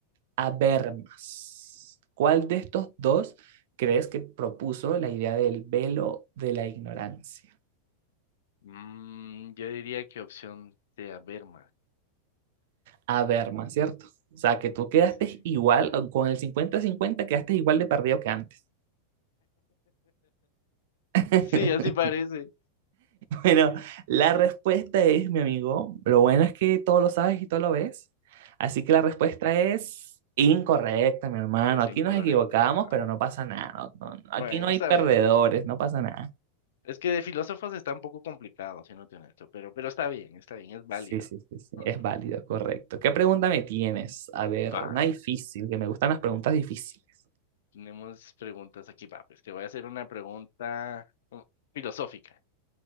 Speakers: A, on the right; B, on the left.
A: Habermas. ¿Cuál de estos dos crees que propuso la idea del velo de la ignorancia?
B: Mm, yo diría que opción de Averma.
A: Habermas, ¿cierto? O sea, que tú quedaste
B: Sí.
A: igual, con el cincuenta-cincuenta, quedaste igual de perdido que antes. <laughs>
B: Sí, así parece.
A: bueno, la respuesta es, mi amigo, lo bueno es que todo lo sabes y todo lo ves. Así que la respuesta es incorrecta, mi hermano.
B: Es
A: Aquí
B: incorrecta.
A: nos equivocamos, pero no pasa nada. No- no-
B: Bueno,
A: aquí no hay
B: está
A: perdedores,
B: bien.
A: no pasa nada.
B: Es que de filósofos está un poco complicado, si no te honesto, pero, pero está bien, está bien, es válido.
A: Sí, sí, sí, sí,
B: <laughs>
A: es válido, correcto. ¿Qué pregunta me tienes? A ver,
B: Va,
A: una difícil, que me gustan las preguntas difíciles.
B: Tenemos preguntas aquí, va, pues te voy a hacer una pregunta mm, filosófica,